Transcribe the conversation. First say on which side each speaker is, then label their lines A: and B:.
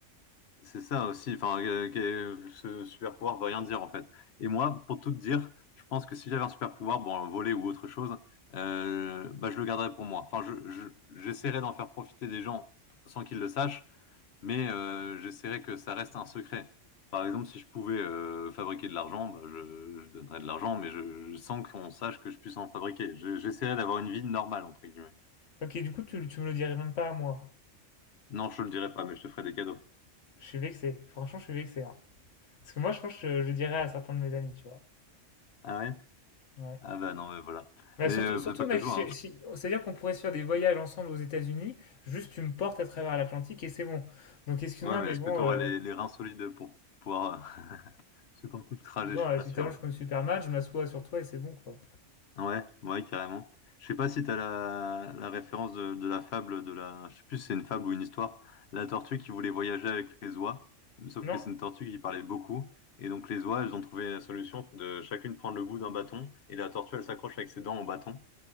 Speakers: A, on the left; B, on the left.
A: C'est ça aussi. Enfin, euh, que- ce super pouvoir veut rien dire en fait. Et moi, pour tout te dire, je pense que si j'avais un super pouvoir, bon, voler ou autre chose, euh, bah, je le garderais pour moi. Enfin, je, je- j'essaierais d'en faire profiter des gens sans qu'ils le sachent, mais euh, j'essaierais que ça reste un secret. Par exemple, si je pouvais euh, fabriquer de l'argent, bah, je, je donnerais de l'argent, mais je, je- sans qu'on sache que je puisse en fabriquer. Je- j'essaierais d'avoir une vie normale entre guillemets.
B: Ok, du coup tu, tu me le dirais même pas à moi.
A: Non, je te le dirais pas, mais je te ferai des cadeaux.
B: Je suis vexé, franchement je suis vexé. hein. Parce que moi je pense que je, je dirais à certains de mes amis, tu vois.
A: Ah ouais?
B: Ouais.
A: Ah bah non, mais voilà.
B: Bah
A: Mais
B: surtout,
A: euh,
B: surtout
A: fais pas
B: mec,
A: que toi,
B: si-
A: hein.
B: si- c'est-à-dire qu'on pourrait se faire des voyages ensemble aux États-Unis, juste tu me portes à travers l'Atlantique et c'est bon. Donc excuse-moi,
A: Ouais, mais
B: mais
A: est-ce
B: bon,
A: que tu auras
B: euh,
A: les, les reins solides pour pouvoir euh, <laughs> supporter le trajet?
B: bon,
A: Je suis
B: euh,
A: pas
B: tu
A: sûr.
B: t'allonges comme Superman, je m'assois sur toi et c'est bon quoi.
A: Ouais, ouais, carrément. Je sais pas si t'as la, la référence de, de la fable de la, je sais plus si c'est une fable ou une histoire, la tortue qui voulait voyager avec les oies, sauf
B: Non,
A: que c'est une tortue qui parlait beaucoup, et donc les oies, elles ont trouvé la solution de chacune prendre le bout d'un bâton, et la tortue, elle s'accroche avec ses dents au bâton,